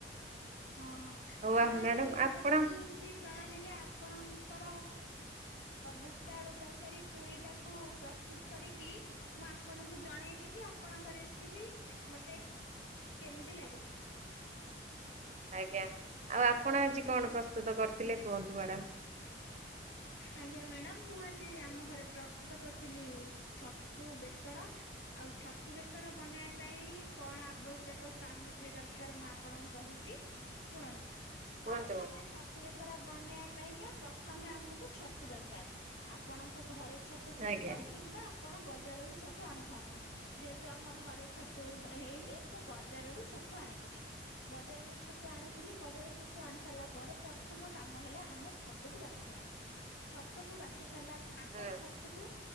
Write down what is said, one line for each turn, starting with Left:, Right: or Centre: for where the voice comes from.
Left: ହଁ ହଁ ତାହେଲେ
Right: ଆ ମ୍ୟାଡ଼ାମ
Left: ମୁଁ ଏଇ
Right: ଆପଣ
Left: ପ୍ରସ୍ତୁତ ପ୍ରଣାଳୀରେ ଆପଣଙ୍କର ବୁଟଆଳୁ ତରକାରୀ। ପୁରୀ ଟାକୁ ପ୍ରସ୍ତୁତ କରିକି ମୁଁ ଆପଣଙ୍କୁ ଜଣେଇବି କି ଆପଣଙ୍କ ରେସିପି ମତେ କେମିତି ଲାଗିଲା?
Right: ଆଜ୍ଞା ଆଉ ଆପଣ ଆଜି କଣ ପ୍ରସ୍ତୁତ କରିଥିଲେ
Left: ଆଜ୍ଞା।
Right: କୁହନ୍ତୁ ମ୍ୟାଡ଼ାମ?
Left: ଆଜ୍ଞା ମ୍ୟାଡାମ ମୁଁ ଆଜି ଆମ ଘରେ ପ୍ରସ୍ତୁତ କରିଥିଲି ଛତୁ ବେସର। ଆଉ ଛତୁ ବେଶର ବନେଇବା ପାଇଁ କଣ ଆବଶ୍ୟକ ସାମଗ୍ରୀ ଦରକାର ମୁଁ ଆପଣଙ୍କୁ କହୁଛି? ଶୁଣନ୍ତୁ
Right: କୁହନ୍ତୁ।
Left: ଫାଷ୍ଟ ଆମେ ଛତୁ ବେଶର ବନେଇବା ପାଇଁକା ପ୍ରଥମେ ଆମକୁ ଛତୁ ଦରକାର ଆପଣଙ୍କ ଘରେ ଛତୁ ଫୁଟି
Right: ଆଜ୍ଞା।
Left: ଥାଉ କିମ୍ବା ଆପଣ ବଜାରରୁ ଛତୁ ଆଣିଥାନ୍ତୁ। ଯେହେତୁ ଆମ ଘରେ ଛତୁ ହେଇନି ମୁଁ ବଜାରରୁ ଛତୁ ଆଣିଥିଲି। ବଜାରରୁ ଛତୁ ଆଣିଥିଲି ବଜାରରୁ ଛତୁ ଆଣି ସାରିଲା ପରେ ପ୍ରଥମ କାମ ହେଲା ଆମେ ଛତୁକୁ ବାଛିବା। ଛତୁକୁ ବାଛି ସାରିଲା ଆଗ
Right: ହୁଁ
Left: ଛ ଛତୁକୁ